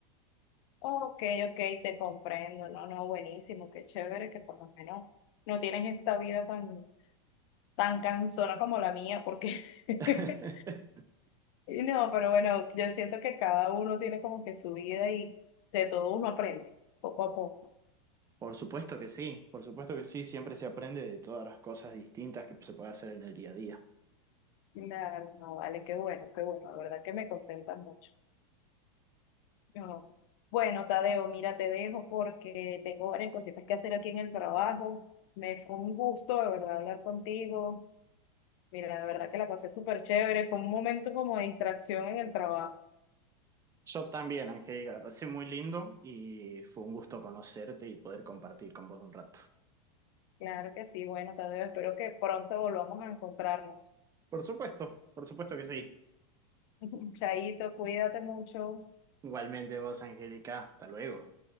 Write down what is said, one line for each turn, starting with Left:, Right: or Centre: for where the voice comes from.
Left: Ok, ok, te comprendo. No, no, buenísimo, qué chévere que por lo menos no tienes esta vida tan, tan cansona como la mía, porque <laughs>
Right: <laughs>
Left: y no, pero bueno, yo siento que cada uno tiene como que su vida y de todo uno aprende, poco a poco.
Right: Por supuesto que sí, por supuesto que sí, siempre se aprende de todas las cosas distintas que se puede hacer en el día a día.
Left: Claro, no, vale, qué bueno, qué bueno, la verdad que me contenta mucho. No. Bueno, Tadeo, mira, te dejo porque tengo varias cositas que hacer aquí en el trabajo. Me fue un gusto, de verdad, hablar contigo. Mira, de verdad que la pasé súper chévere, fue un momento como de distracción en el trabajo.
Right: Yo también, Angélica, la pasé muy lindo y fue un gusto conocerte y poder compartir con vos un rato.
Left: Claro que sí, bueno, Tadeo, espero que pronto volvamos a encontrarnos.
Right: Por supuesto, por supuesto que sí.
Left: <laughs> Chaito, cuídate mucho.
Right: Igualmente vos, Angélica, hasta luego.